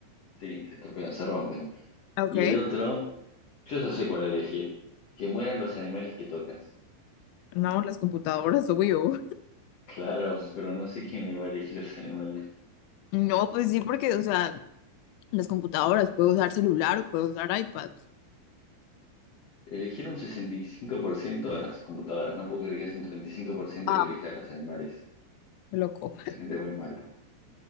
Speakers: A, on the left; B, on the left.
A: sí, se estropean, se rompen.
B: Ok,
A: Y el otro, yo ya sé cuál elegir. Que mueran los animales que tocas.
B: no, las computadoras, obvio.
A: Claro, pero no sé quién le va a elegir los animales.
B: No, pues sí, porque, o sea, las computadoras, puedo usar celular o puedo usar iPad.
A: Eligieron un 65% a las computadoras. No puedo creer que haya un treinta y cinco por ciento
B: Ah,
A: que elija a los animales.
B: qué loco.
A: Hay gente muy mala.